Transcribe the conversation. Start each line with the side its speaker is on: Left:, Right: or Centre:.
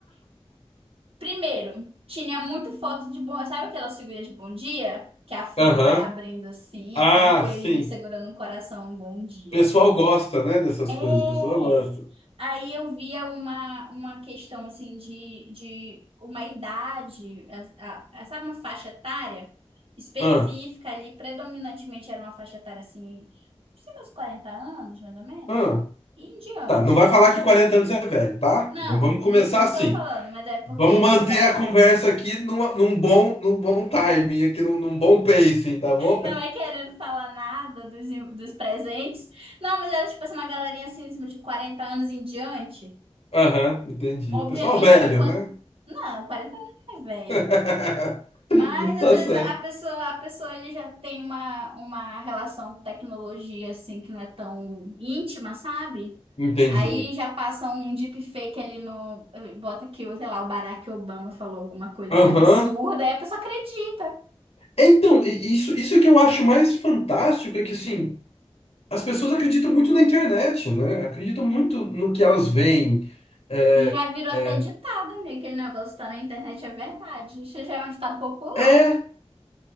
Right: Primeiro, tinha muito foto de bom. Sabe aquelas figurinhas de bom dia? Que a flor
Left: Aham.
Right: vai abrindo assim,
Left: Ah,
Right: aí sai um coelhinho
Left: sim.
Right: segurando um coração, um bom dia.
Left: O pessoal gosta, né, dessas
Right: É!
Left: coisas. O pessoal gosta.
Right: Aí eu via uma, uma questão assim de, de uma idade, a- a- sabe, uma faixa etária específica
Left: Ah,
Right: ali, predominantemente era uma faixa etária assim, assim, meus 40 anos, mais ou menos,
Left: ah.
Right: e em diante.
Left: Tá, não vai falar que 40 anos é velho, tá?
Right: Não,
Left: Vamos vamos começar
Right: não, não
Left: assim.
Right: tô falando, mas é porque,
Left: Vamos manter
Right: tipo assim,
Left: a conversa aqui num, num bom, num bom timing, aqui num, num bom pacing, tá bom?
Right: Não é querendo falar nada dos, dos presentes. Não, mas era tipo assim, uma galerinha assim, de 40 anos em diante.
Left: Aham, entendi.
Right: Obviamente
Left: Pessoal velho,
Right: que quando.
Left: né?
Right: Não, 40 anos não é velho.
Left: <laughs>
Right: Mas às
Left: Tá
Right: vezes
Left: certo.
Right: a pessoa, a pessoa ele já tem uma, uma relação com tecnologia assim que não é tão íntima, sabe?
Left: Entendi.
Right: Aí já passa um deepfake ali no. Bota que, sei lá, o Barack Obama falou alguma coisa
Left: Aham.
Right: assim absurda, aí a pessoa acredita.
Left: Então, e- isso, isso é que eu acho mais fantástico, é que, assim, as pessoas acreditam muito na internet, né? Acreditam muito no que elas veem. É,
Right: Já virou
Left: é,
Right: até ditado, amiga. Aquele negócio tá na internet é verdade. Isso já é um ditado popular.
Left: é